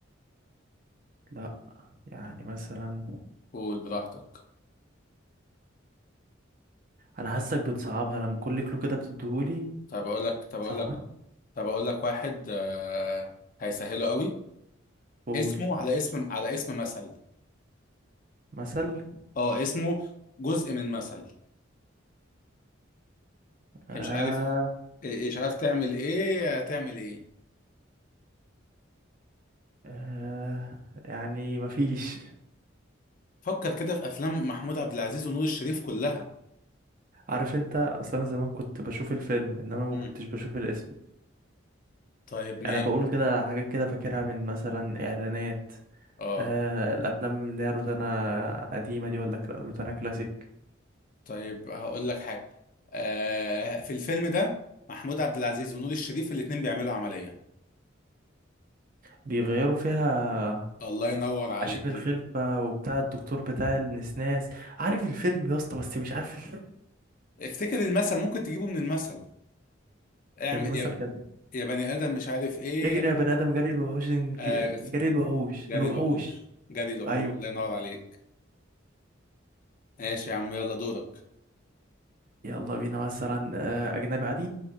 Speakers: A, on the right (about 45°); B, on the left (about 40°).
A: لا يعني مثلا
B: قول براحتك
A: انا حاسك بتصعبها لما كل كلو كده بتديهولي
B: طب أقول لك طب أقول
A: صح
B: لك طب أقول لك واحد آه هيسهله قوي
A: قول
B: اسمه على اسم على اسم مثل
A: مثل
B: اه اسمه جزء من مثل
A: آه
B: مش عارف آه، مش عارف تعمل ايه هتعمل ايه
A: آه يعني مفيش
B: فكر كده في افلام محمود عبد العزيز ونور الشريف كلها
A: عارف انت اصلا انا زمان كنت بشوف الفيلم انما ما
B: مم.
A: كنتش بشوف الاسم
B: طيب
A: يعني
B: ماشي
A: انا بقول كده حاجات كده فاكرها من مثلا اعلانات
B: اه
A: آه الافلام اللي هي روتانا قديمه دي ولا كلا- روتانا كلاسيك
B: طيب هقول لك حاجه آه في الفيلم ده محمود عبد العزيز ونور الشريف الاتنين بيعملوا عمليه
A: بيغيروا فيها
B: الله ينور عليك
A: عشان الخلفه وبتاع الدكتور بتاع النسناس عارف الفيلم يا اسطى بس مش عارف ال-
B: افتكر المثل ممكن تجيبه من المثل اعمل
A: المثل
B: يا,
A: كان
B: يا بني ادم مش عارف ايه
A: ايه اجري يا بني ادم جري الوحوش إنك-
B: آه
A: جري الوحوش
B: جري
A: الوحوش
B: الوحوش جري الوحوش
A: ايوه
B: الله ينور عليك ماشي يا عم يلا دورك
A: يلا بينا مثلا آه، اجنبي عادي